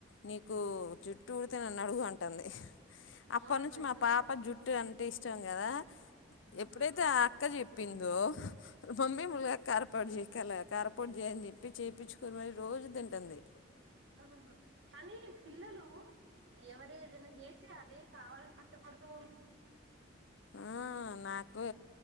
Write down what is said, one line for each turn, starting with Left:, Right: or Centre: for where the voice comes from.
Left: నీకు జుట్టు ఉడితే నన్ను అడుగు అంటాంది అప్పటి
Right: అవునబ్బా
Left: నుంచి
Right: ఇప్పుడు
Left: మా పాప జుట్టు అంటే ఇష్ట చ్చాం గదా ఎప్పుడైతే
Right: ఆహాహా
Left: ఆ పిందో మమ్మీ ములకారప్పొడి చేస్ ఇలా కారప్పొడి చేయమని చెప్పి చేపించుకొని మరి రోజు తింటుంది
Right: ఆహహ కానీ పిల్లలు ఎవరేదైనా చేస్తే అదే కావాలని పట్టు పడుతూ ఉంటరు
Left: ఆ నాకు